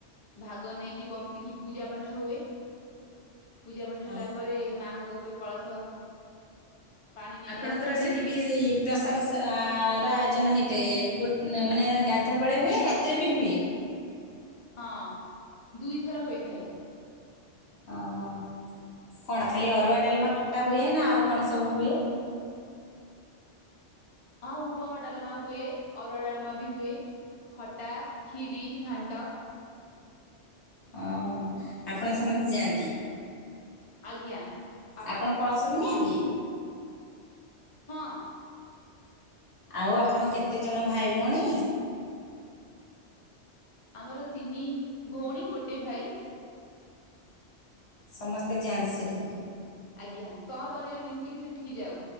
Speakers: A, on the left (about 25°); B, on the left (about 65°).
A: ଭାଗ ନେଇକି ବସିକି ପୂଜା ପାଠ ପାଠ ହଏ ପୂଜା ପାଠ ହେଲା
B: ହଁ ହଁ।
A: ପରେ ମାଙ୍କ କତିରେ କଳସ ପାଣି ନେଇକି
B: ଆପଣଙ୍କର
A: ଆସନ୍ତି
B: ସେଠି ବିି ପ୍ରସାଦ ର ଆୟୋଜନ ହେଇଥାଏ ଗୋ ମାନେ ଗାଧବେଳେ ହୁଏ ରାତିରେ ବି ହୁଏ
A: ହଁ ଦୁଇଥର ହୋଇଥାଏ
B: ହ ହଁ କଣ ଖାଲି ଅରୁଆ ଡାଲମା ଖଟା ହୁଏ ନା ଆଉ କଣ ସବୁ ହୁଏ
A: ହଁ ଉପମ ଡଲମା ହୁଏ ଅଔ ଅଡଳମା ବି ହୁଏ ଖଟା ଖ୍ିରି ଘାଣ୍ଟ
B: ଓ ଆପଣ ସମସ୍ତେ ଯାଆନ୍ତି
A: ଆଜ୍ଞା ଆଉ
B: ଆପଣ
A: ଆପ
B: କଳସ ନିଅନ୍ତି
A: ହଁ
B: ଆଉ ଆପଣ କେତେଜଣ ଭାଇ ଭଉଣୀ
A: ଆମର ତିନି ଭଉଣୀ ଗୋଟେ ଭାଇ
B: ସମସ୍ତେ ଯାଆନ୍ତି ସେଠିକି
A: ଆଜ୍ଞା ସହ ପରିବାର ମିଶିକି ସେଠିକି ଯାଉ